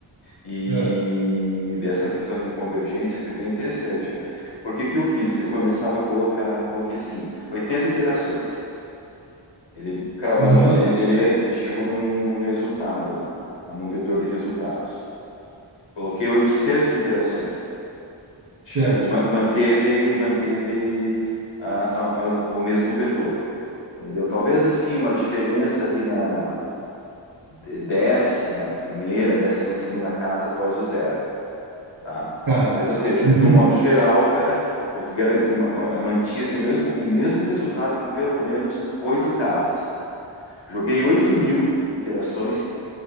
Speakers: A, on the left; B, on the right.
A: E
B: Ah,
A: essa questão de convergência foi bem interessante, cara. Porque o que eu fiz? Eu começava a colocar, coloquei assim, 80 iterações. Ele cravou
B: Aham,
A: um, ele, ele chegou num, num resultado lá, tá? num vetor de resultados. Coloquei 800 iterações. Che-
B: certo,
A: ma- Manteve, manteve a- a- a- o mesmo vetor, entendeu? Talvez assim uma diferença ali na dé- décima primeira, décima segunda casa após o zero. tá?
B: tá.
A: Mas, ou seja,
B: Uhum,
A: de um modo geral, cara, pô, tu gar- uma- mantinha-se o mesmo, o mesmo resultado com pelo menos oito casas. Joguei oito mil interações,